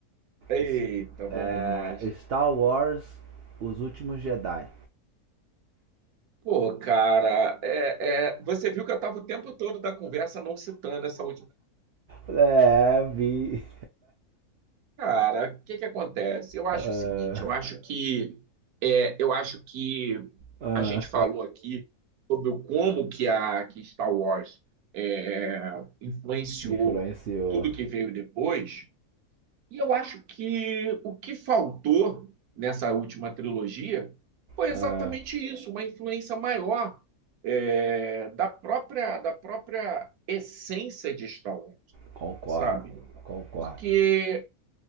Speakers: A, on the right (about 85°); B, on the right (about 60°).
A: Eita,
B: Es- é,
A: vamos nós.
B: Star Wars, Os Últimos Jedi.
A: Pô, cara, é, é, você viu que eu tava o tempo todo da conversa não citando essa última
B: É, eu vi.
A: Cara, o que que acontece? Eu acho
B: Ah,
A: o seguinte, eu acho que é, eu acho que
B: ah,
A: a gente falou aqui sobre o como que a que Star Wars é, influenciou
B: influenciou.
A: tudo que veio depois, e eu acho que o que faltou nessa última trilogia foi
B: Ah,
A: exatamente isso, uma influência maior é, da própria da própria essência de Star Wars,
B: concordo,
A: sabe?
B: concordo.
A: Porque